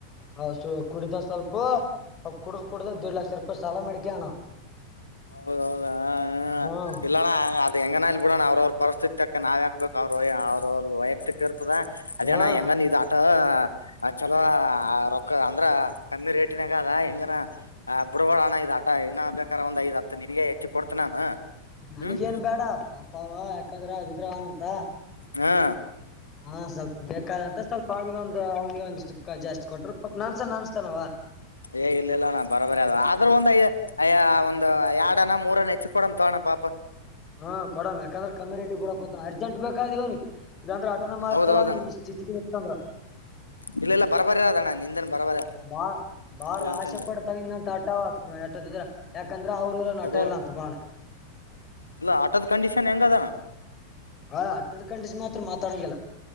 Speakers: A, on the left; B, on the left.
A: ಹ ಕುಡಿದ ಸ್ವಲ್ಪ ಅವ ಕುಡ್ದ್ ಕುಡುದ್ದ ದೇಡ್ ಲಕ್ಷ ರೂಪಾಯಿ ಸಾಲ ಮಾಡ್ಕ್ಯನ
B: ಹೌದೌ ಹೌದು ಹಾ
A: ಹ್ಮ್
B: ಇಲ್ಲಣ್ಣ ಅದ ಹೆಂಗನಲ್ ಬಿಡಣ ಅವ್ರ ಅವ್ರ ಪರಿಸ್ಥಿತಿಕ್ಕೆ ನಾವ್ ಕ್ಬೇಕು ಅವ್ರ ಅವ್ರವ್ರ ವಯ ಕ್ಕ ಇರ್ತದ ಅದೇಣ
A: ಹ್ಮ್
B: ಹೆಂಗಾನ ಇದ ಆಟೋ ಚಲೋ ರೊ, ಅಂದ್ರ ಕಮ್ಮಿ ರೇಟಿನೇಗದ ಹೆಂಗನ ಆ ಬುಡ್ಗ ಹಣ ಇದ ಆಟಾ ಇನ್ನ ಬೇಕಾರೆ ಒಂದ್ಐದ್ ಹತ್ತು ನಿನ್ಗೆ ಹೆಚ್ಚು ಕೊಡ್ತ ನಾನು
A: ನನಗೇನ್
B: ಹ್ಮ್
A: ಬೇಡ ಪಾಪಾವ ಯಾಕಂದ್ರ ಅದಿದ್ರ ಅವನಂತ,
B: ಹಾ
A: ಹಾ ಸ್ವಲ್ಪ ಬೇಕಾದಂತ ಸ್ವಲ್ಪ ಅವನಿಗ ಒಂದು ಅವ್ನಿಗೆ ಒಂದಿಷ್ಟ ಜಾಸ್ತಿ ಕೊಟ್ರರು ಪ ನನ್ಸ ನ ಅನ್ಸ್ತಾನವ
B: ಏ ಇಲ್ಲ ಇಲ್ಲ ನ ಬರೋಬರಿ ಅ ಆದ್ರೂ ಒಂದುಯ ಅಯ ಒಂದು ಎರಡ ಅನ ಮೂರನ ಹೆಚ್ಚ ಕೊಡಂತ ಪಾಪ
A: ಹ್ಮ ಕೊಡ ಯಾಂದ್ರ ಕಮ್ಯುನಟಿ ಬಿಡಕತ ಅರ್ಜಂಟ್ ಬೇಕಾದಗವ ಇದಂದ್ರ ಆಟನ ಮಾರತಲ್ಲ
B: ಹೌದೌದಣ್ಣ
A: ಈ ಸ್ಥಿತಿಗೆ ನಿತಂದ್ರ
B: ಇಲ್ಲ ಇಲ್ಲ ಬರಬರ ಅಣ್ಣ ನಿಂದನ್ ಬರಬರಿ
A: ಬಾ ಬಾಳ್
B: ಇಲ್ಲ
A: ಆಶೆ
B: ಅಂತಂದೆ
A: ಪಡತಗಿಂದಂತ ಆಟತಿದ್ರ ಯಾಕಂದ್ರ ಅವ್ರರು ಇ ಹುನಾ
B: ಹೌದು
A: ಟೆ ಲ ಅತ್ ಬಳ
B: ಇಲ್ಲ ಆಟೋದ ಕಂಡೀಷನ್ ಹೆಂಗ ಅದ
A: ಆ ಹಟ್ಟದ ಕಂಡಿಸಿ ಮಾತ್ರ ಮಾತಾಡಂಗಿಲ್ಲ